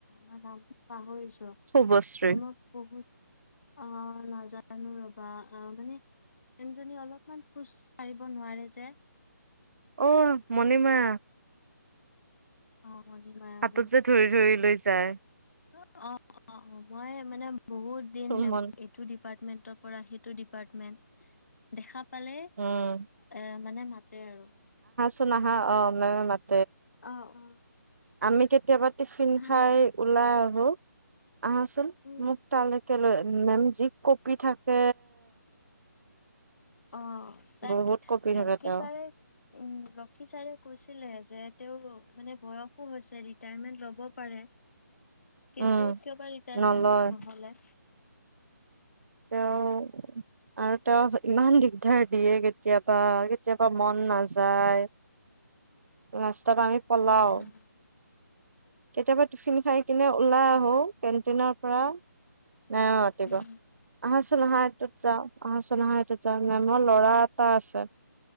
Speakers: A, on the left; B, on the right.
A: মই নাম পাহৰিছো।
B: শুভশ্ৰী
A: মেমত পহুত আহ ', নাজানো ৰবা আহ ', মানে মেমজনী অলপমান খোজ কঢ়িব নোৱাৰে যে।
B: অ', মণিমা
A: অ', মণিমায়া
B: হাতত
A: মেম।
B: যে ধৰি ধৰি লৈছে যায়
A: অ', - অ', - অ', মই মানে বহুত দিনে
B: চুমন
A: এইটো ডিপাৰ্টমেণ্ট <unintelligible> পৰা সেইটো ডিপাৰ্টমেন্ দেখা পালে এ',
B: উম
A: মানে মাতে আৰু
B: নহা অ',
A: অ', - অ',
B: আমি কেতিয়াবা টিফিন
A: আহাচোন।
B: খাই ওলাই আহো। আহচোন
A: উম।
B: মোক তাল কেলৈ? মেম যি কপি থাকে।
A: অ', তাকে
B: বহুত কঁপি
A: লক্ষী
B: থাকে তেওঁ।
A: ছাৰে উ', লক্ষী ছাৰে কৈছিলে যে তেওঁৰ মানে বয়সো হৈছে ৰিটায়াৰমেন্ট ল'ব পাৰে । কিন্তু
B: উম
A: কিয়বা ৰিটায়াৰমেন্ট
B: নলয়
A: নহলে?
B: তেওঁ আৰু তেওঁ ইমান দিগদাৰ দিয়ে কেতিয়াবা। কেতিয়াবা মন নাযায়। ৰাস্তা আমি পলাও,
A: উম
B: কেতিয়াবা টিফিন খাই কিনে ওলাই আহো কেণ্টিনত ৰা নতিব
A: উম
B: আহাচোন আহা এটোত যাওঁ আহাচোনোন আহা এইটোত যাওঁ, মেমৰ ল'ৰা এটা আছে ।